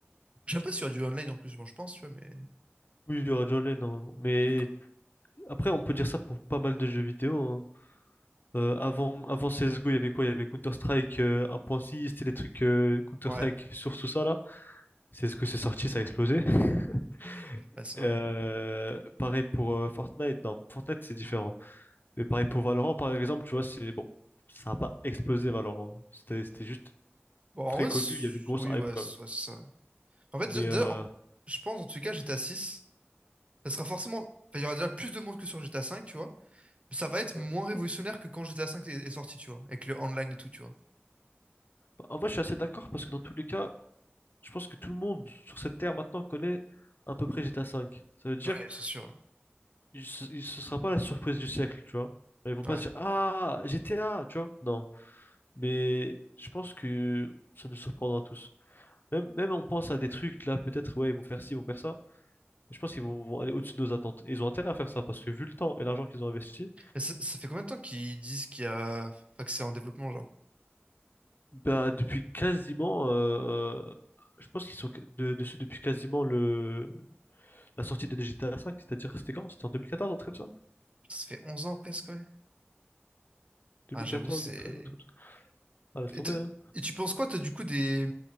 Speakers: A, on the right; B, on the left.
A: Je sais pas s'il y a du online en plus, moi je pense, tu vois, mais...
B: Oui, il y aura déjà online normalement. Mais
A: Parce que-
B: après, on peut dire ça pour pas mal de jeux vidéo. hein. Euh, avant, avant CSGO, il y avait quoi? Il y avait Counter-Strike euh, 1.6, c'était des trucs euh, Counter-Strike
A: Ouais,
B: sur tout ça là. CSGO, c'est sorti, ça a explosé. <laughs>
A: ouais, c'est vrai.
B: Euh, pareil pour euh, Fortnite. Non, Fortnite, c'est différent. Mais pareil pour Valorant, par exemple, tu vois, c'est bon. Ça n'a pas explosé Valorant. C'était, c'était juste
A: Bon, en
B: très
A: vrai,
B: connu,
A: c'est-
B: il y avait une grosse
A: oui,
B: hype
A: ouais,
B: quand
A: c'est
B: même.
A: ouais, c'est ça. ouais. En fait,
B: Mais
A: déjà, déjà,
B: euh,
A: en- je pense, en tout cas, GTA 6, ça sera forcément... enfin, il y aura déjà plus de monde que sur GTA 5, tu vois, mais ça va être
B: ouais.
A: moins révolutionnaire que quand GTA 5 est, est sorti, tu vois, avec le online et tout, tu vois.
B: Bah, en vrai, je suis assez d'accord parce que dans tous les cas, je pense que tout le monde sur cette terre maintenant connaît à peu près GTA V. Ça veut dire,
A: Ouais, c'est sûr.
B: il- ce il- sera pas la surprise du siècle, tu vois. Ils vont
A: ouais.
B: pas se dire, ah, GTA, tu vois. Non. Mais je pense que ça nous surprendra tous. Même, même on pense à des trucs, là, peut-être, ouais, ils vont faire ci, ils vont faire ça. Mais je pense qu'ils vont, vont aller au-dessus de nos attentes. Et ils ont intérêt à faire ça, parce que vu le temps et l'argent qu'ils ont investi,
A: Mais ça, ça fait combien de temps qu'ils disent qu'il y a... Enfin, que c'est en développement, genre?
B: bah, depuis quasiment, euh, je pense qu'ils sont de- dessus depuis quasiment le, la sortie de GTA V, c'est-à-dire, c'était quand? C'était en 2014, un truc comme ça?
A: Putain, Ça fait 11 ans presque, ouais.
B: 2014,
A: Ah, j'avoue, c'est...
B: 2013, un truc comme ça. Ah, laisse
A: Et,
B: tomber,
A: t'as-
B: hein.
A: et tu penses quoi, toi, du coup, des...